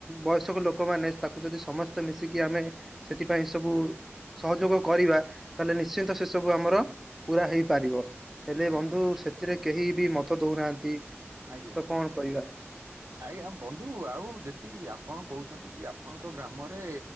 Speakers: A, in the centre; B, on the right (about 80°).
A: ବୟସକ ଲୋ କମାନେ ତାକୁ ଯଦି ସମସ୍ତେ ମିଶିକି ଆମେ ସେଥିପାଇଁ ସବୁ ସହଯୋଗ କରିବା ତାହେଲେ ନିଶ୍ଚିନ୍ତ ସେ ସବୁ ଆମର ପୁରା ହେଇପାରିବ। ହେଲେ ବନ୍ଧୁ
B: ଆଜ୍ଞା
A: ସେଥିରେ କେହି ବି ମତ ଦଉନାହାନ୍ତି ତ
B: ଆଜ୍ଞା।
A: କଣ କହିବା।
B: ଆଜ୍ଞା ବନ୍ଧୁ ଆଉ ଯତି ଆପଣ କହୁଛନ୍ତି କି ଆପଣଙ୍କ ଗ୍ରାମରେ